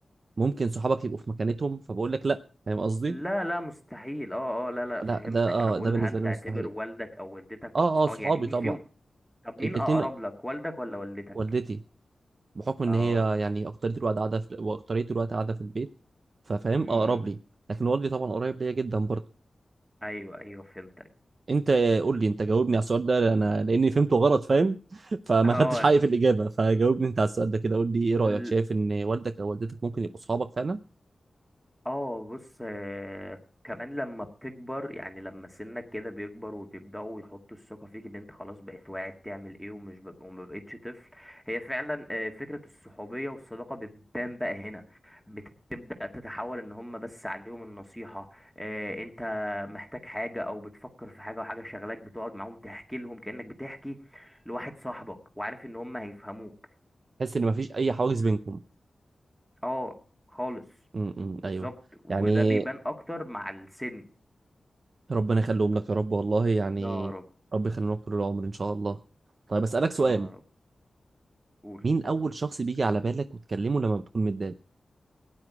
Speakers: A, on the right (about 50°); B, in the centre.
A: ممكن صحابك يبقوا في مكانتهم فبقول لك لا فاهم قصدي
B: لا لا مستحيل اه اه لا لا
A: لا
B: فهمتك
A: ده اه
B: انا بقول
A: ده بالنسبه
B: هل تعتبر
A: لي مستحيل
B: والدك او والدتك
A: اه
B: اصحابك
A: اه صحابي
B: يعني مين
A: طبعا
B: فيهم طب مين
A: الاثنين
B: اقرب لك والدك ولا والدتك
A: والدتي بحكم ان
B: اه
A: هي يعني اكترية الوقت قاعده في واكترية الوقت قاعده في البيت ففاهم
B: م-
A: اقرب
B: م.
A: لي لكن والدي طبعا قريب ليا جدا برضه
B: ايوه ايوه فهمت
A: انت قول لي انت جاوبني على السؤال ده انا لاني فهمته غلط فاهم <laughs> فما
B: هو
A: خدتش حقي في الاجابه فجاوبني انت على السؤال ده كده قول لي ايه رايك
B: ال-
A: شايف ان والدك او والدتك ممكن يبقوا صحابك فعلا
B: اه بص آه، كمان لما بتكبر يعني لما سنك كده بيكبر وبيبدأوا يحطوا الثقة فيك ان انت خلاص بقيت واعي بتعمل ايه ومش ب... وما بقيتش طفل هي فعلا آه، فكرة الصحوبية والصداقة بتبان بقى هنا بتبدأ تتحول ان هم بس عليهم النصيحة آه، انت محتاج حاجة او بتفكر في حاجة وحاجة شغلاك بتقعد معاهم تحكي لهم كأنك بتحكي لواحد صاحبك وعارف ان هم هيفهموك
A: تحس ان مفيش اي حواجز بينكم
B: اه خالص
A: امم
B: بالظبط
A: ايوه
B: وده
A: يعني
B: بيبان اكتر مع السن
A: ربنا يخليهم لك يا رب والله يعني
B: يا رب
A: رب يخليهم لك طول العمر ان شاء الله طيب اسالك سؤال
B: يا رب قول
A: مين اول شخص بيجي على بالك وتكلمه لما بتكون متضايق